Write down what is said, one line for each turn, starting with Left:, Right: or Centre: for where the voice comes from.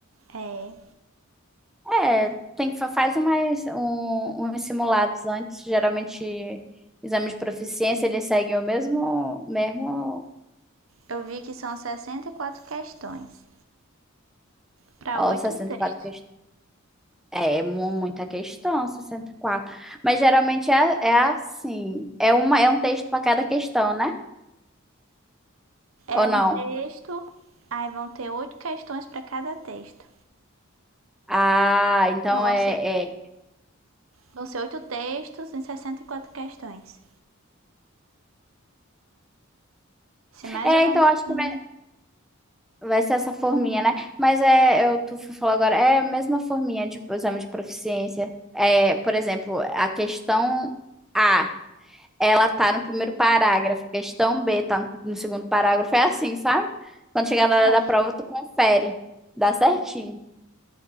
Right: É,
Centre: é, tem que fa- faz umas, um, uns simulados antes, geralmente exame de proficiência, ele segue o mesmo mesmo
Right: eu vi que são sessenta e quatro questões. para
Centre: ó,
Right: oito
Centre: 64
Right: textos.
Centre: É é mu- muita questão, sessenta e quatro Mas geralmente é, é assim. É uma, é um texto para cada questão, né? Ou
Right: É um
Centre: não?
Right: texto, aí vão ter oito questões para cada texto.
Centre: Ah, então
Right: Então vão
Centre: é,
Right: ser,
Centre: é.
Right: vão ser oito textos em 64 questões. Se mais
Centre: É,
Right: ou menos
Centre: então acho
Right: assim.
Centre: que vai, vai ser essa forminha, né? Mas é, eu tu falou agora, é a mesma forminha de exame de proficiência. É, por exemplo, a questão A, ela tá no primeiro parágrafo, questão B tá no no segundo parágrafo, é assim, sabe? Quando chegar na hora
Right: É,
Centre: da prova, tu confere. Dá certinho.